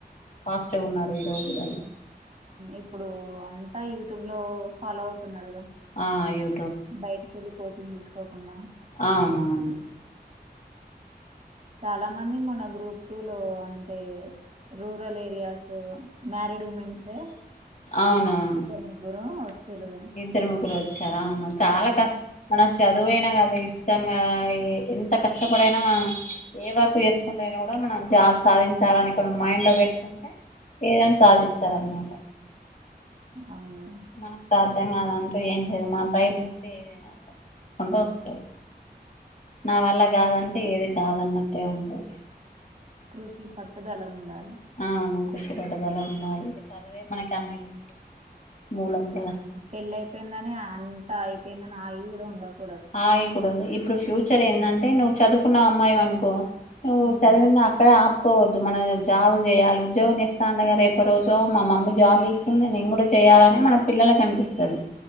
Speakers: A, on the left; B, on the right.
A: ఫాస్టు గున్నారు ఈ రోజులల్లో
B: ఇప్పుడు అంతా యూట్యూబ్ లో ఫాలో అవుతున్నారుగా
A: ఆ యు
B: బయటికి ఎళ్ళి కోచింగ్ తీసుకోకుండా
A: అవునవును
B: చాలా మంది మొన్న గ్రూప్ టూ లో అంటే రూరల్ ఏరియాసూ మ్యారీడ్ ఉమెన్సే
A: అవునవును
B: ఇద్దరు ముగ్గురు వచ్చిరుగా
A: ఇద్దరు ముగ్గురు వచ్చారా చాలా కష్ చదువైనా కాదు ఇష్టంగా ఎంత కష్టపడైనా మనం ఏ వర్క్ చేసుకుంటే అయినా కూడా మనం జాబ్ సాధించాలని మైండ్లో పెట్టుకుంటే ఏదైనా సాధిస్తారన్నమాట
B: అవునా
A: మనకు సాధ్యం కాదంటూ ఏం లేదు మనం ప్రయత్నిస్తే ఏదైనా తప్పకుండు వస్తది నా వల్ల కాదంటే ఏది కాదన్నటు టే ఉంటది
B: కృషి పట్టుదల ఉండాలి <inaudible>
A: అవును కృషి పట్టదల ఉండాలి చదువే మనకి అన్నిటికి మూలం కదా
B: పెళ్లి అయిపోయిందని అంతా అయిపోయిందని ఆగి కూడా ఉండకూడదు
A: ఆ ఇప్పుడు ఇప్పుడు ఫ్యూచర్
B: ఉమ్
A: ఏంటంటే నువ్వు చదు కున్నా అమ్మాయి అనుకో నువ్వు
B: ఉమ్,
A: చదివింది అక్కడ పోవద్దు మనం జాబులు చేయాలి ఉద్యోగం చేస్తా ఉండగా రేపు రోజు మా మమ్మీ జాబ్ చేస్తుంది నేను కూడా చేయాలని మన పిల్లలకు అనిపిస్తది